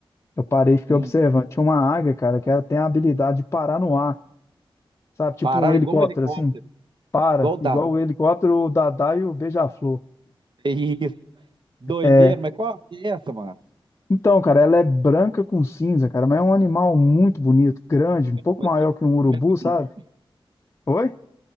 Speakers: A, on the left (about 30°); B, on the right (about 55°).
A: Eu parei e fiquei
B: Hum.
A: observando. Tinha uma águia, cara, que ela tem a habilidade de parar no ar, sabe? Tipo
B: Parar
A: um helicóptero,
B: igual um helicóptero,
A: assim. Para,
B: igual o dado.
A: igual o helicóptero, o Dadá e o Beija-Flor.
B: É Isso. Doideira,
A: É,
B: mas qual que é essa, mano?
A: então, cara, ela é branca com cinza, cara, mas é um animal muito bonito, grande, um pouco
B: Mas
A: maior que um urubu,
B: como é que é
A: sabe?
B: o nome?
A: Oi?